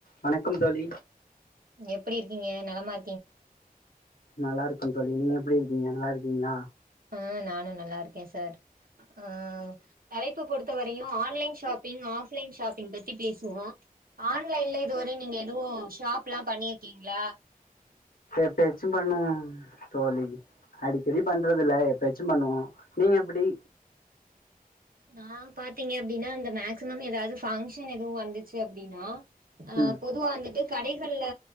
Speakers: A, on the left; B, on the right.
A: வணக்கம் தோழி
B: எப்டி இருக்கீங்க நலமார்க்
A: நல்லாருக்கோந் தோழி நீங்க எப்டி இருக்கீங்க நல்லா இருக்கீங்ளா
B: அ நானு நல்லா இருக்கே சார் ஆ தலைப்பு பொறுத்த வரையு online shopping offline shopping பத்தி பேசுவோ ஆன்லைன்ல இதுவரையு நீங்க எதுவு ஷாப்லா பண்ணிர் கீங்ளா
A: எப்பயாச்சு பண்ணுவோ தோழி அடிக்கடி பண்றதில்ல எப்பயாச்சும் பண்ணுவோ நீங்க எப்டி
B: நா பாத்தீங்க அப்டினா அந்த மேக்சிமம் எதாது ஃபங்க்ஷன் எதுவு வந்துச்சு அப்டினா அ
A: ம்
B: அ பொதுவாந்துட்டு கடைகள்ல